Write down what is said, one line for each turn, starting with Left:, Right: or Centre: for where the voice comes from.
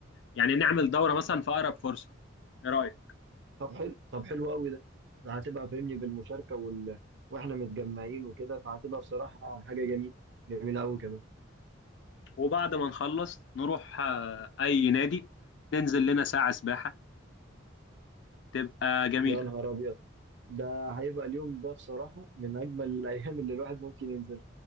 Left: يعني نعمل دورة مثلا في أقرب فرصة ايه رأيك
Right: طب حلو طب حلو قوي ده هتبقى فاهمني بالمشاركه وال... واحنا متجمعين وكده فهتبقى بصراحه حاجه جميله جميله قوي كمان
Left: وبعد ما نخلص نروح آه، أي نادي ننزل لنا ساعة سباحة تبقى جميلة
Right: يا نهار ابيض ده هيبقى اليوم ده بصراحه من اجمل الايام اللي الواحد ممكن ينزل